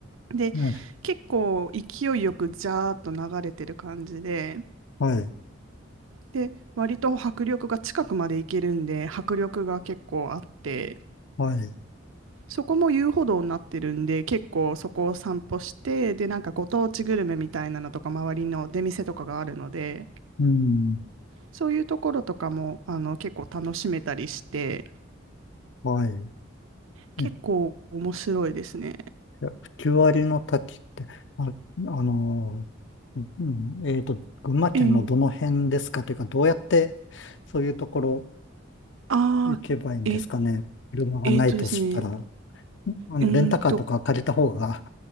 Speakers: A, on the right (about 80°); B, on the left (about 60°).
A: で、
B: ね
A: 結構勢いよくジャーっと流れてる感じで、
B: はい。
A: で、割と迫力が近くまで行けるんで、迫力が結構あって、
B: はい。
A: そこも遊歩道になってるんで、結構そこを散歩して、で、なんかご当地グルメみたいなのとか、周りの出店とかがあるので、
B: うん。
A: そういうところとかもあの結構楽しめたりして。
B: はい。
A: 結構面白いですね。
B: ねいや、9割の滝って、あ、あのー、うん、えっと、群馬県のどの辺ですかというか、
A: えー、
B: どうやってそういうところ
A: あー、
B: 行けばいいんですかね。
A: え、
B: 車がないとしたら、
A: えーっとですね。
B: あの、
A: うーんと、
B: レンタカーとか借りた方が